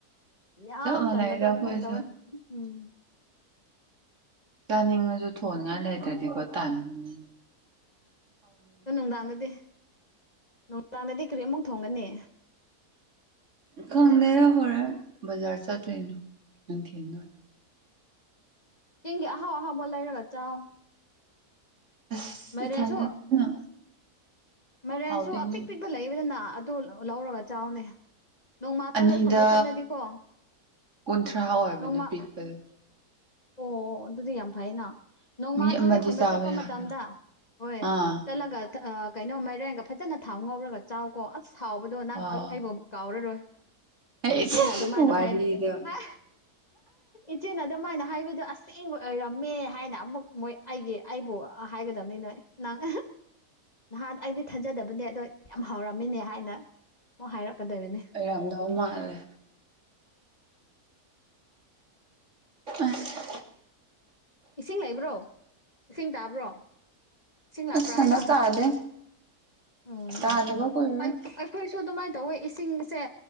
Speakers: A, on the left; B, on the right.
A: ꯌꯥꯝ
B: ꯆꯞ ꯃꯥꯟꯅꯩꯗ
A: ꯇꯟꯕꯗꯣ ꯑꯗꯨꯃꯥꯏꯅ
B: ꯑꯩꯈꯣꯏꯁꯨ
A: ꯇꯧꯋꯦ ꯎꯝ
B: ꯆꯥꯅꯤꯡꯉꯁꯨ ꯊꯣꯟꯅꯤꯉꯥꯏ ꯂꯩꯇ꯭ꯔꯗꯤꯀꯣ ꯇꯟꯕꯅꯤ
A: ꯑꯣ ꯅꯨꯡꯗꯥꯡꯗꯗꯤ ꯅꯨꯡꯗꯥꯡꯗꯗꯤ ꯀꯔꯤ ꯑꯃꯨꯛ ꯊꯣꯡꯒꯅꯤ
B: ꯈꯪꯗꯦꯗ ꯍꯣꯔꯦꯟ ꯕꯖꯥꯔ ꯆꯠꯇꯣꯏꯅꯤ ꯅꯨꯡꯊꯤꯟ
A: ꯆꯤꯡꯒꯤ ꯑꯍꯥꯎ ꯑꯍꯥꯎꯕ ꯂꯩꯔꯒ ꯆꯥꯎ
B: ꯑꯁ
A: ꯃꯥꯏꯔꯦꯟꯁꯨ
B: ꯏꯊꯟꯗꯅꯤꯅ
A: ꯃꯥꯏꯔꯦꯟꯁꯨ
B: ꯍꯥꯎꯗꯣꯏꯅꯤ
A: ꯑꯄꯤꯛ ꯄꯤꯛꯄ ꯂꯩꯕꯅꯤꯅ ꯑꯗꯨ ꯂꯧꯔꯒ ꯆꯥꯎꯅꯦ ꯅꯣꯡꯃꯥ ꯊꯥꯔꯣꯏ
B: ꯑꯅꯤꯗ
A: ꯈꯟꯕ ꯆꯠꯂꯗꯤꯀꯣ
B: ꯀꯨꯟꯊ꯭ꯔꯥ ꯑꯣꯏꯕꯅꯦ
A: ꯅꯣꯡꯃꯥ
B: ꯄꯤꯛꯄꯗꯣ
A: ꯑꯣ ꯑꯗꯨꯗꯤ ꯌꯥꯝ ꯐꯩꯅ ꯅꯣꯡꯃꯥ
B: ꯃꯤ ꯑꯃꯗꯤ
A: ꯊꯔꯣꯏ ꯈꯨꯟꯕ
B: ꯆꯥꯕ
A: ꯆꯠꯄ
B: ꯌꯥꯔꯣꯏ
A: ꯃꯇꯝꯗ ꯍꯣꯏ
B: ꯑꯥ
A: ꯆꯠꯂꯒ ꯑꯥ ꯀꯩꯅꯣ ꯃꯥꯏꯔꯦꯟꯒ ꯐꯖꯅ ꯊꯥꯎ ꯉꯧꯔꯒ ꯆꯥꯎꯀꯣ ꯑꯁ ꯍꯥꯎꯕꯗꯣ ꯅꯪ
B: ꯑꯣ
A: ꯑꯩꯕꯨ ꯑꯃꯨꯛ ꯀꯥꯎꯔꯔꯣꯏ
B: ꯑꯩ
A: ꯏꯆꯦꯅ ꯑꯗꯨꯃꯥꯏꯅ
B: ꯋꯥꯔꯤꯗꯣ
A: ꯍꯥꯏꯕꯤ ꯍꯥꯏ ꯏꯆꯦꯅ ꯑꯗꯨꯃꯥꯏꯅ ꯍꯥꯏꯕꯤꯗꯣ ꯑꯁꯦꯡꯕ ꯑꯣꯏꯔꯝꯃꯦ ꯍꯥꯏꯅ ꯑꯃꯨꯛ ꯃꯣꯏ ꯑꯩꯒꯤ ꯑꯩꯕꯨ ꯍꯥꯏꯒꯗꯕꯅꯤ ꯅꯣꯏ ꯅꯪ ꯅꯍꯥꯟ ꯑꯩꯗꯤ ꯊꯖꯗꯕꯅꯦ ꯑꯗꯣ ꯌꯥꯝ ꯍꯥꯎꯔꯝꯃꯤꯅꯦ ꯍꯥꯏꯅ ꯑꯃꯛ ꯍꯥꯏꯔꯛꯀꯗꯣꯏꯕꯅꯤ
B: ꯑꯣꯏꯔꯝꯗꯧ ꯃꯥꯜꯂꯦ ꯑꯁ
A: ꯏꯁꯤꯡ ꯂꯩꯕ꯭ꯔꯣ ꯏꯁꯤꯡ ꯇꯥꯕ꯭ꯔꯣ ꯏꯁꯤꯡ ꯂꯥꯛꯄ꯭ꯔꯥ
B: ꯑꯁ ꯍꯟꯗꯛ
A: ꯍꯥꯏꯕ
B: ꯇꯥꯗꯦ
A: ꯑꯣ
B: ꯇꯥꯗꯕ ꯀꯨꯏꯔꯦ
A: ꯑꯩ ꯑꯩꯈꯣꯏꯁꯨ ꯗꯨꯃꯥꯏ ꯇꯧꯋꯦ ꯏꯁꯤꯡꯁꯦ